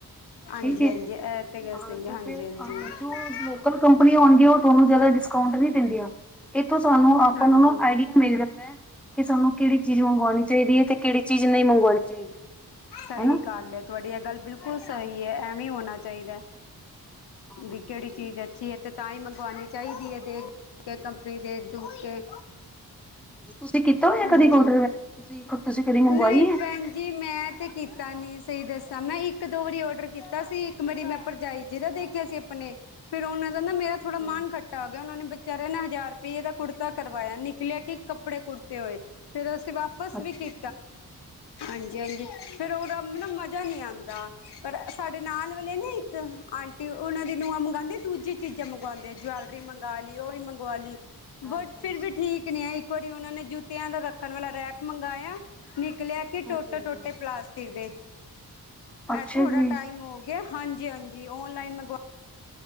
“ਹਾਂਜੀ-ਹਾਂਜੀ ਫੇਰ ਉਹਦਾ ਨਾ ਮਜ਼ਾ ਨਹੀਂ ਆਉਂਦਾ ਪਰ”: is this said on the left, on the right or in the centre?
Left